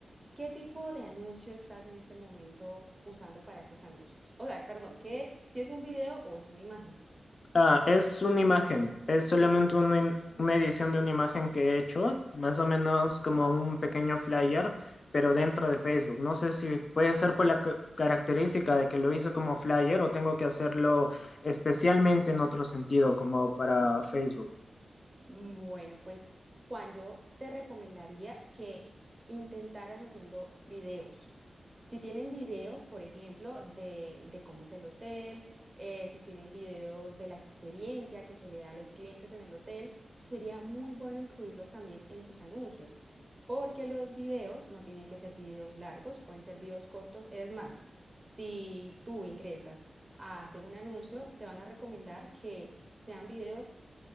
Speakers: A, on the right (about 20°); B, on the left (about 45°).
A: ¿Qué tipo de anuncio estás en este momento usando para esos anuncios? O sea, perdón, ¿qué, si es un video o es una imagen?
B: Ah, es una imagen, es solamente una, in- una edición de una imagen que he hecho, más o menos como un pequeño flyer, pero dentro de Facebook. No sé si puede ser por la ca- característica de que lo hice como flyer o tengo que hacerlo especialmente en otro sentido, como para Facebook.
A: Mm, Bueno, pues Juan, yo te recomendaría que intentaras haciendo videos. Si tienen videos, por ejemplo, de, de cómo es el hotel, eh, si tienen videos de la experiencia que se le da a los clientes en el hotel, sería muy bueno incluirlos también en sus anuncios, porque los videos no tienen que ser videos largos, pueden ser videos cortos. Es más, si tú ingresas a hacer un anuncio, te van a recomendar que sean videos